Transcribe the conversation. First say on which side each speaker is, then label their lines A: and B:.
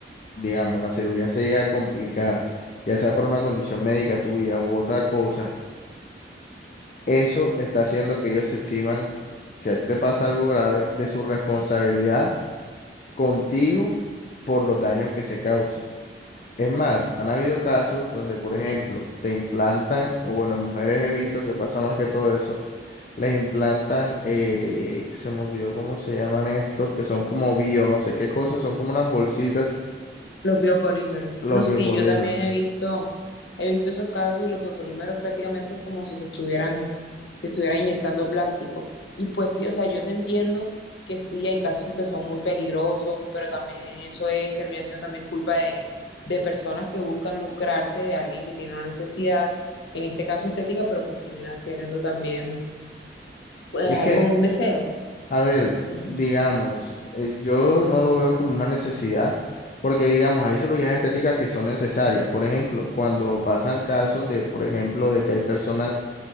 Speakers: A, on the left; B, on the left.
A: digamos, la cirugía se llega a complicar, ya sea por una condición médica tuya u otra cosa, eso está haciendo que ellos se eximan, si a ti te pasa algo grave, de su responsabilidad contigo por los daños que se causen. Es más, han habido casos donde, por ejemplo, te implantan, o bueno, en mujeres he visto que pasa más que todo eso, les implantan, eh, se me olvidó cómo se llaman estos, que son como bio, no sé qué cosas, son como unas bolsitas,
B: Los biopolímeros.
A: los
B: No,
A: biopolímeros.
B: sí, yo también he visto, he visto esos casos y los biopolímeros prácticamente es como si te estuvieran, te estuvieran inyectando plástico. Y pues sí, o sea, yo te entiendo que sí, hay casos que son muy peligrosos, pero también eso es, termina siendo también culpa de, de personas que buscan lucrarse de alguien que tiene una necesidad, en este caso estética, pero pues termina siendo también, pues
A: Es
B: algo,
A: que,
B: un deseo.
A: a ver,
B: Ujú.
A: digamos, eh, yo no lo veo como una necesidad, porque digamos, hay cirugías estéticas que son necesarias. Por ejemplo, cuando pasan casos de, por ejemplo, de que hay personas